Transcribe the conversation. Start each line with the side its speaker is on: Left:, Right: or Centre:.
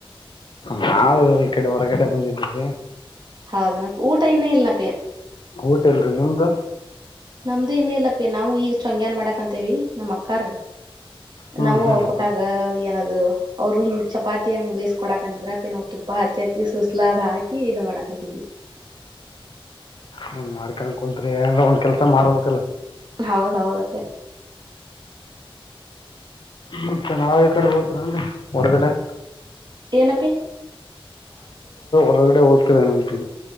Left: ನಾವು ಈ ಕಡೆ ಹೊರಗಡೆ ಬಂದಿದ್ದವಿ
Right: ಹೌದನಪ್ಪ ಊಟ ಇನ್ನೇ ಇಲ್ನಪೆ
Left: ಊಟೆಲ್ರೀ ನಿಮ್ದು
Right: ನಮ್ದು ಇನ್ ಇಲಪಿ ನಾವು ಈಗ ಚಂಗ್ಯನ್ ಮಾಡಕ ಅಂತೇವಿ ನಮ್ಮ್ ಅಕ್ಕಾರ್
Left: ಹ್ಮ್
Right: ನಾವವು
Left: ಹ್ಮ್
Right: ಅವರು
Left: ಹ್ಮ್
Right: ಕೊಟಾಗ ಏನದು ಅವ್ರು ಹಿಂಗ ಚಪಾತಿ ಹಂಗ ಬೇಸ್ ಕೊಡಾಕಂತಿದ್ರ ಪಿ ನ್ ತುಪ್ಪ ಹಚ್ಚಿ ಹಚ್ಚಿ ಸುಸ್ಲಾದ್ ಹಾಕಿ ಇದು ಮಾಡಾಕಂತಿದಿ
Left: ನೀನ್ ಮಾಡ್ಕೊಂಡ ಕೊಂತ್ರು ಏನ್ ಒಂದ್ ಕೆಲ್ಸ ಮಾಡಬೇಕಲ್ಲ
Right: ಹೌದೌದತ್ತೆ <inaudible>
Left: ಮತ್ತೆ ನಾವ ಈ ಕಡೆ ಹೋಗತ್ರನ್ಗೆ ಹೊರಗಡೆ
Right: ಏನಪ್ಪಿ <inaudible>
Left: ಹೊರಗಡೆೋಗತರ ಏನ ಅಂತೆ